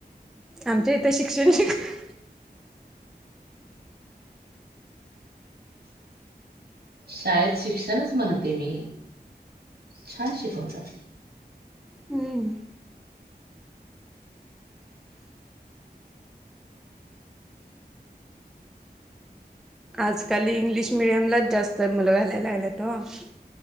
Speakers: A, in the centre; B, on the right.
A: आमच्या इथं, शिक्षण शिकव <inaudible>
B: शाळेत शिक्षणच म्हणते मी. छान शिकवतात.
A: हम्. आजकाल इंग्लिश मिडियमलाच, जास्त तर मुलं घालायला लागल्यात, ओ.